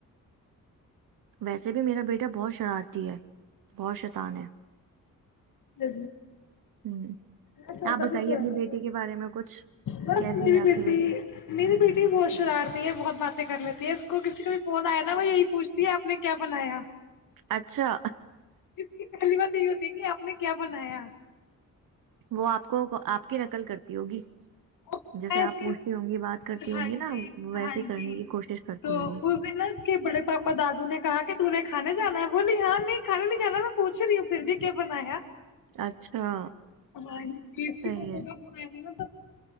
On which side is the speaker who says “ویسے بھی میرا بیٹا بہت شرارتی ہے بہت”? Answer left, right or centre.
Right